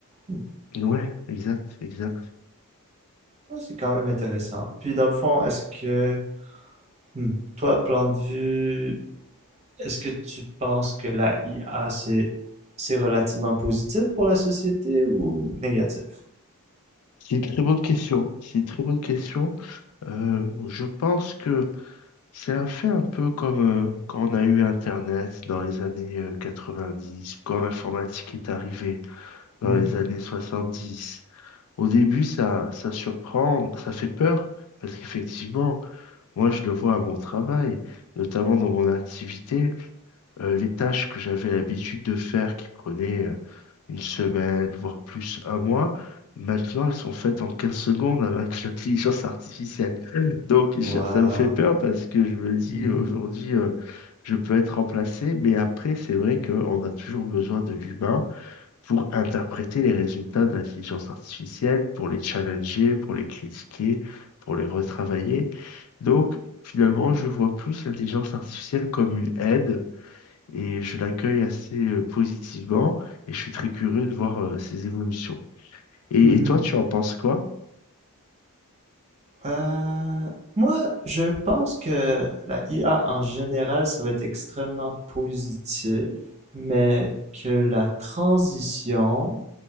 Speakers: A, on the right; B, on the left.
A: Hmm.
B: Ouais, exact, exact.
A: Ouais, c'est quand même intéressant. Puis dans le fond, est-ce que, hmm, toi, plan de vue, est-ce que tu penses que la IA, c'est, c'est relativement positif pour la société ou négatif?
B: C'est une très bonne question. C'est une très bonne question. Euh, je pense que c'est un fait un peu comme euh, quand on a eu Internet dans les années euh, 90, quand l'informatique est arrivée dans
A: Mhm.
B: les années 70. Au début, ça, ça surprend, ça fait peur, parce qu'effectivement, moi je le vois à mon travail, notamment dans mon activité euh, les tâches que j'avais l'habitude de faire qui prenaient euh, une semaine, voire plus un mois, maintenant elles sont faites en 15 secondes avec <laughs> l'intelligence artificielle. Donc
A: Wow.
B: je- ça me fait peur parce que je me dis
A: Mhm.
B: euh, aujourd'hui, euh, je peux être remplacé, mais après c'est vrai qu'on a toujours besoin de l'humain pour interpréter les résultats de l'intelligence artificielle, pour les challenger, pour les critiquer, pour les retravailler. Donc finalement, je vois plus l'intelligence artificielle comme une aide et je l'accueille assez euh, positivement et je suis très curieux de voir euh, ses évolutions. Et,
A: Mhm.
B: et toi, tu en penses quoi?
A: Euh, moi, je pense que la IA en général, ça va être extrêmement positif, mais que la transition